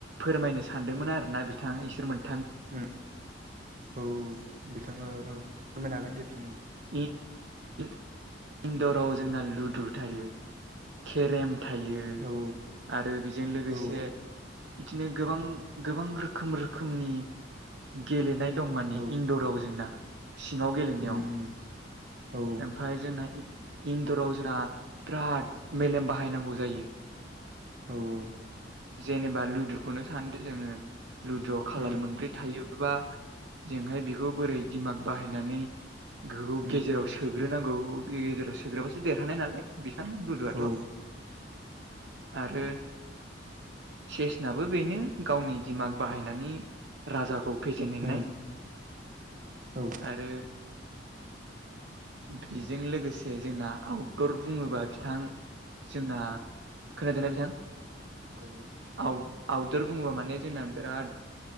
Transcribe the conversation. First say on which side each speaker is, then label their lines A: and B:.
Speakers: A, on the right; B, on the right.
A: फोरमायनो सानदोंमोन आरोना बिथां इसोर मोन
B: उम औ बिथाङा फोरमायनो हागोन दे बिदि
A: इ-इन्दराव जोंना लुदु थायो केरेम बियो
B: औ
A: आरो बिजों लोगोसे
B: औ
A: बिदिनो गोबां गोबां रोखोम रोखोमनि गेलेनाय दं माने
B: औ
A: इन्दराव जोंना सिङाव गेलेनायाव
B: उम उम औ
A: ओमफाय जोंना इन्दराव जोंना बिराद मेलेम बाहायनांगौ। जायो।
B: औ
A: जेनेबा लुदुखौनो सानदो जोङो लुदुआव खाालार
B: उम
A: मोनब्रै थायो। बा जोंहाय बिखौ बोरै दिमाग बाहायनानै गोहौ
B: उम
A: गेजेराव सो सोग्रोनांगौ गेजेराव सोग्रोबासो देरहानाय नालाय बिथां लुदुआथ'
B: औ
A: आरो सेसनाबो बेनो गावनि दिमाग बाहायनानै राजाखौ फेजेनहैनाय
B: उम औ
A: आरो बिजों लोगोसे जोंना आवट दुर बुङोबा बिथां जोंना खोनादोंना बिथां
B: औ
A: आउट-आउदुर बुङोबा माने जोंना बिराद